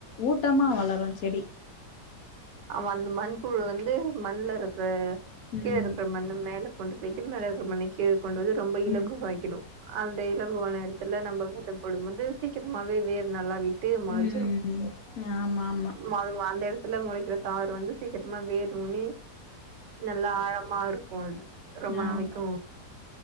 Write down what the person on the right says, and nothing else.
ஆமா அந்த மண்புழு வந்து மண்ல இருக்ற
கீழ இருக்ற மண்ணு மேலப் கொண்டு போயிட்டு மேல இருக்ற மண்ணை கீழ கொண்டு வது ரொம்ப இலகுவாகிடு
அந்த இலங்குவான எடத்துல நம்ப வேதம் போடும்போது சீக்கிரமாவே வேறு நல்லாவிட் ட்டு மொளச்சிரு
மவ் அந்த எடத்துல மொளைக் சிரத்தாரு வந்து சீக்கிரமா வேறு ஊனி நல்லா ஆழமா இருக்கு அது ரொம்ப
நாளைக்கு